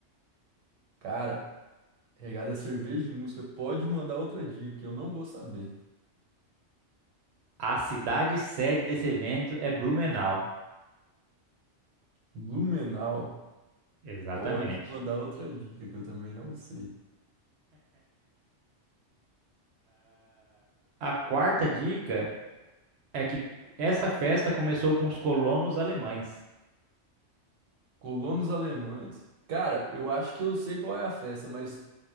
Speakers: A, on the right (about 85°); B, on the right (about 65°).
A: Cara, regada a cerveja e música, pode mandar outra dica que eu não vou saber.
B: A cidade sede desse evento é Blumenau.
A: Blumenau,
B: Exatamente.
A: pode mandar outra dica que eu também não sei.
B: A quarta dica é que essa festa começou com os colonos alemães.
A: Colonos alemães. Cara, eu acho que eu sei qual é a festa, mas